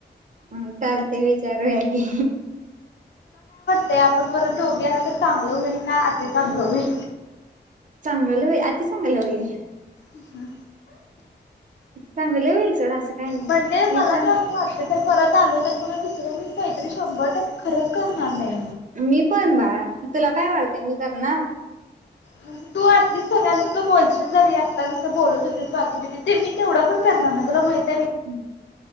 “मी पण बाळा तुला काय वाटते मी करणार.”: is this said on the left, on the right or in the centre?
Right